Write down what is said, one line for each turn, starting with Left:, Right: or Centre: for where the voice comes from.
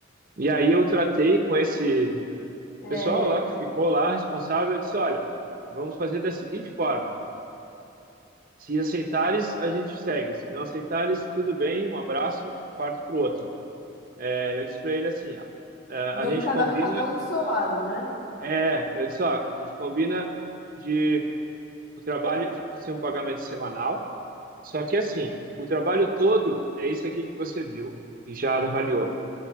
Right: E aí eu tratei com esse
Left: É,
Right: pessoal lá que ficou lá, responsável, eu disse, olha, vamos fazer da seguinte forma. Se aceitares, a gente segue. Se não aceitares, tudo bem, um abraço, parto pro outro. É, eu disse para ele assim, ó, é, a
Left: vamos
Right: gente
Left: cada,
Right: combina,
Left: cada um pro seu lado, né?
Right: é, eu disse, ó, a gente combina de o trabalho de fazer um pagamento semanal, só que assim, o trabalho todo é isso aqui que você viu e já avaliou.